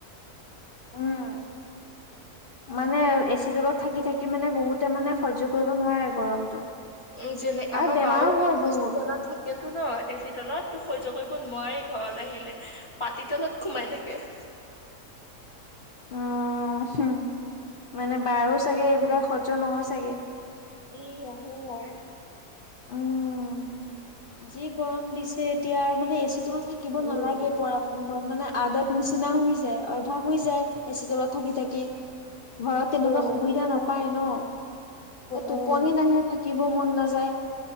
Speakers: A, on the left; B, on the left.
A: উম। মানে এচি তলত থাকি থাকি মানে বহুতে মানে সহ্য কৰিব নোৱাৰে গৰমটো।
B: উম যেনে
A: আৰু
B: আমাৰ
A: বেমাৰো
B: বাও মানে
A: হয় বহুত।
B: হস্পিতালত থাকেতো ন এচি তলত তো সহ্য কৰিব নোৱাৰে। ঘৰত আহিলে পাতি তলত সোমাই থাকে।
A: অ হুম মানে বাৰো ছাগে এইবিলাক সহ্য নহয় ছাগে।
B: ই আহু অয়।
A: উম যি গৰম দিছে এতিয়া আৰু মানে এচিতলত। থাকিব
B: উম
A: নালাগে পৰা <unintelligible> মানে আদাত নিচিনা হৈ যায়। অভাস হৈ যায় এচি তলত থাকি থাকি। ঘৰত তেনেকুৱা
B: উম
A: সুবিধা নাপায় ন
B: উম
A: টোপনি নাহে থাক। শিকিব মন নাযায়।